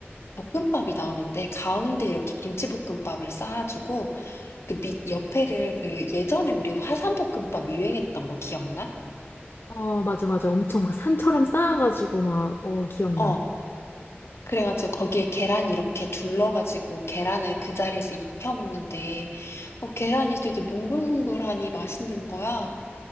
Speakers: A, on the left; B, on the left.
A: 볶음밥이 나오는데 가운데 이렇게 김치볶음밥을 쌓아주고 그 밑 옆에를 그 예전에 우리 화산볶음밥 유행했던 거 기억나?
B: 어, 맞아, 맞아. 엄청 막 산처럼 쌓아가지고 막, 어, 기억나.
A: 어. 그래가지고 거기에 계란 이렇게 둘러가지고 계란을 그 자리에서 익혀 먹는데 어, 계란이 되게 몽글몽글하니 맛있는 거야.